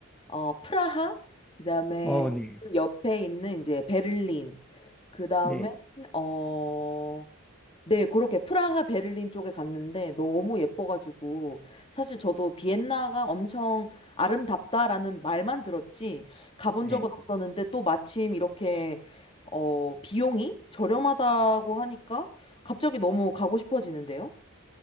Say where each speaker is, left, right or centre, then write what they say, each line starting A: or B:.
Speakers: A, on the left (about 25°); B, in the centre.
A: 어, 프라하, 그다음에
B: 어, 네.
A: 그 옆에 있는 이제 베를린, 그다음에
B: 네.
A: 어, 네, 그렇게 프라하, 베를린 쪽에 갔는데 너무 예뻐가지고 사실 저도 비엔나가 엄청 아름답다라는 말만 들었지 가본
B: 네.
A: 적은 없었는데 또 마침 이렇게 어, 비용이 저렴하다고 하니까 갑자기 너무 가고 싶어지는데요.